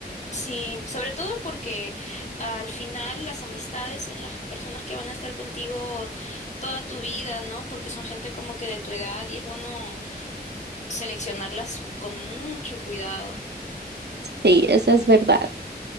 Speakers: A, on the left; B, on the right.
A: Sí, sobre todo porque al final las amistades son las personas que van a estar contigo toda tu vida, ¿no? Porque son gente como que de tu edad y es bueno seleccionarlas con mucho cuidado.
B: Sí, eso es verdad.